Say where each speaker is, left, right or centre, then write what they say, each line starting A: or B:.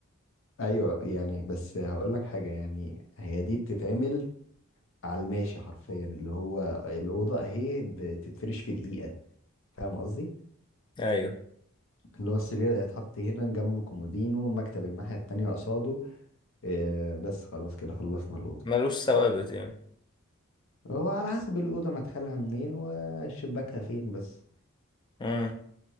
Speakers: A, on the left (about 65°); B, on the left (about 20°).
A: ايوه يعني بس هقول لك حاجة يعني هي دي بتتعمل على الماشي حرفيا اللي هو الأوضة اهي بتتفرش في دقيقة فاهم قصدي؟
B: أيوه
A: اللي هو السرير هيتحط هنا جنبه كومودينو المكتب الناحية التانية قصاده آه، بس خلاص كده خلصنا الأوضة
B: ملوش ثوابت يعني
A: هو على حسب الأوضة مدخلها منين وشباكها فين بس
B: امم